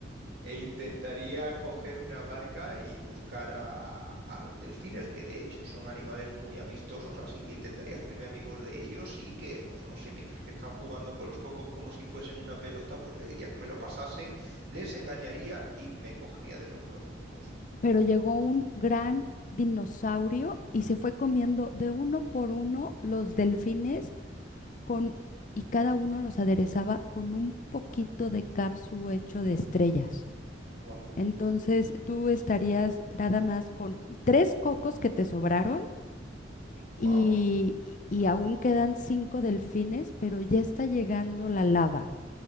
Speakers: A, on the right; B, on the left.
A: e intentaría coger una barca y buscar a, a los delfines, que de hecho son animales muy amistosos, así que intentaría hacerme amigos de ellos y que, pues no sé, mientras que están jugando con los cocos como si fuesen una pelota, pues le diría que me lo pasasen, les engañaría y me cogería de nuevo los cocos.
B: pero llegó un gran dinosaurio y se fue comiendo de uno por uno los delfines con, y cada uno los aderezaba con un poquito de capsu hecho de estrellas.
A: Wow,
B: Entonces tú estarías nada más con tres cocos que te sobraron y,
A: wow,
B: y aún quedan cinco delfines, pero ya está llegando la lava.